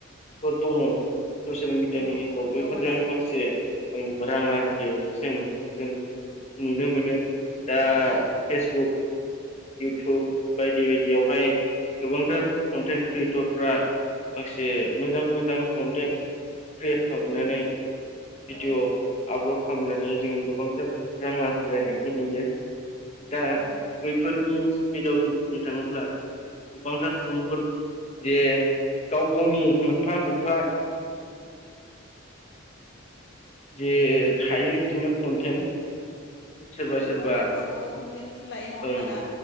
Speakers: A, on the left; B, on the left.
A: फोर दङ ससियेल मिडियानि
B: औ
A: गेजेराव
B: दङ
A: बेफोरजों
B: दा
A: माखासे रां आरजि जों जों नुनो मोनो दा फेसबुक इउटुब बायदि बायदियावहाय गोबांथार कन्टेन्ट क्रियेटरफ्रा माखासे मोजां मोजां कन्टेन्ट क्रियेट खालामनानै
B: औ
A: भिडिअ आपल'ड खालामनानै जों गोबांथार रां आरजिलायनायखौ नुयो दा
B: औ
A: बैफोरनि स्पिडआव जों बुंनो थाङोब्ला गोबांथार सुबुंफोर जे गाव गावनि मोनफा मोनफा जे थायो बिदिनो कन्टेन्ट सोरबा
B: औ
A: सोरबा
B: गावबाागाव गावबाागाव कनटेन्ट लायो नङा होमब
A: ओं
B: ना